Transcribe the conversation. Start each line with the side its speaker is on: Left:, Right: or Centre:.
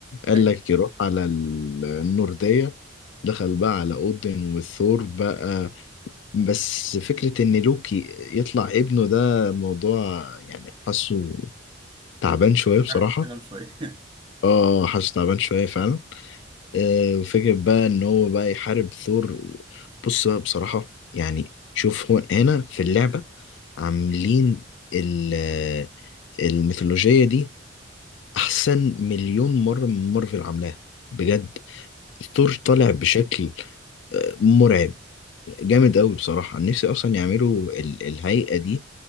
Left: قال
Right: ايوه
Left: لك يروح على ال- النوردية دخل بقى على أودن وثور بقى بس فكرة إن لوكي يطلع ابنه ده موضوع يعني حاسه تعبان شوية بصراحة
Right: شرح الكلام شوية
Left: اه حاسه تعبان شوية فعلا آه فكرة بقى إن هو بقى يحارب ثور بص بقى بصراحة يعني شوف هو هنا في اللعبة عاملين ال- الميثولوجية دي أحسن مليون مرة من مارفل عاملاها بجد ثور طالع بشكل آه، مرعب جامد قوي بصراحة نفسي أصلا يعملوا ال الهيئة دي